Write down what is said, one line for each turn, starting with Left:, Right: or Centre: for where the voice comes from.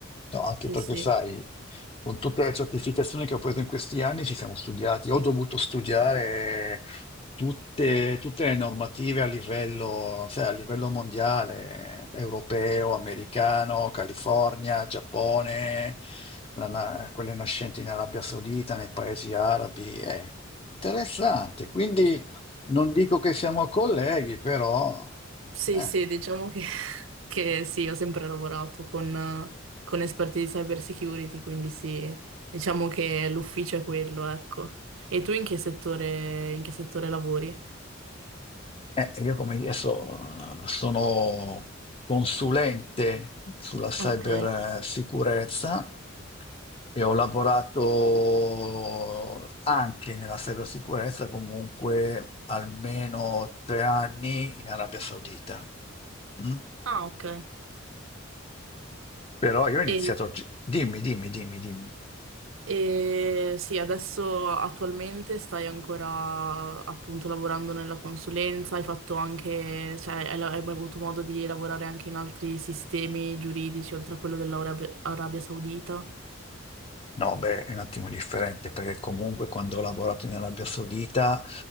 Left: No, anche
Right: sì,
Left: perché
Right: sì.
Left: sai, con tutte le certificazioni che ho preso in questi anni ci siamo studiati, ho dovuto studiare tutte, tutte le normative a livello, sai, a livello mondiale, europeo, americano, California, Giappone, la na- quelle nascenti in Arabia Saudita, nei paesi arabi. È interessante, quindi non dico che siamo colleghi, però...
Right: Sì,
Left: eh.
Right: sì, diciamo che, <laughs> che sì, ho sempre lavorato con, con esperti di cyber security, quindi sì, diciamo che l'ufficio è quello, ecco. E tu in che settore, in che settore lavori?
Left: Eh, io come dire, so- sono consulente sulla cybersicurezza
Right: Ok.
Left: e ho lavorato anche nella cybersicurezza comunque almeno tre anni in Arabia Saudita. Mm?
Right: Ah, ok.
Left: Però io ho iniziato...
Right: E,
Left: gi- Dimmi, dimmi, dimmi, dimmi.
Right: e sì, adesso attualmente stai ancora appunto lavorando nella consulenza, hai fatto anche, cioè hai, hai mai avuto modo di lavorare anche in altri sistemi giuridici oltre a quello dell'Arabia Arabia Saudita?
Left: No, beh, è un attimo differente perché comunque quando ho lavorato in Arabia Saudita